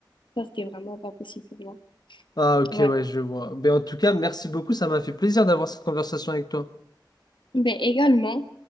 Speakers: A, on the left (about 85°); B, on the left (about 55°).
A: Ça c'était vraiment pas possible pour moi.
B: Ah ok,
A: Ouais.
B: ouais, je vois. Mais en tout cas, merci beaucoup, ça m'a fait plaisir d'avoir cette conversation avec toi.
A: Ben également